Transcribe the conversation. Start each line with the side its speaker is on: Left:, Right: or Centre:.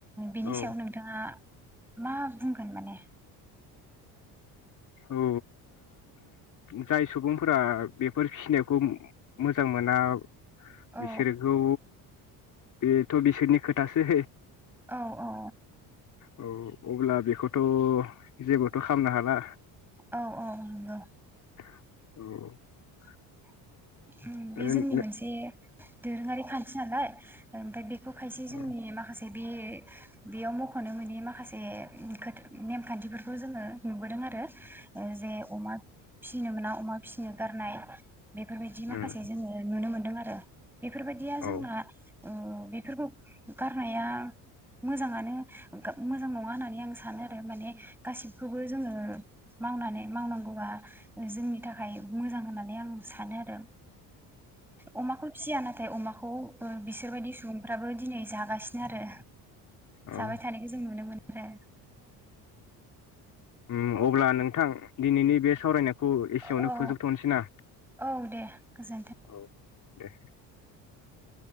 Centre: बिनि
Left: औ
Centre: सायाव नोंथाङा मा बुंगोन माने
Left: औ ओ जाय सुबुंफोरा बेफोर फिसिनायखौ मोजां मोना
Centre: औ
Left: बिसोरखौ बेथ बिसोरनि खोथासै
Centre: औ औ
Left: औ अब्ला बेखौथ जेबोथ खालामनो हाला
Centre: औ औ नंगौ
Left: औ
Centre: <inaudible> बे
Left: ओ
Centre: जोंनि
Left: नो-
Centre: मोनसे दोरोङारि खान्थि नालाय ओमफ्राय बेखौ खायसे जोंनि
Left: औ
Centre: माखासे बे बेयाव मखनो मोनि माखासे खोथा नेमखान्थिफोरखौ जोङो नुबोदों आरो जे अमा फिसिनो मोना अमा फिसिनो गारनाय बेफोरबायदि माखासे
Left: उम
Centre: जोङो नुनो मोनो मोनदों आरो बेफोरबायदिया जोंना
Left: औ
Centre: ओ बेफोरखौ गारनाया मोजाङानो मोजां नङा होननानै आं सानो आरो माने गासिखौबो जोङो मावनानै मावनांगौआ जोंनि थाखाय मोजां होननानै आं सानो आरो अमाखौ फिसिया नाथाय अमाखौ ओ बिसोरबायदि सुबुंफ्राबो दिनै जागासिनो आरो
Left: औ
Centre: जाबाय थानायखौ जों नुनो मोनो दे
Left: उम अब्ला नोंथां दिनैनि बे सावरायनायखौ एसेयावनो
Centre: औ
Left: फोजोबथनोसै ना
Centre: औ दे गोजोन्थों
Left: औ दे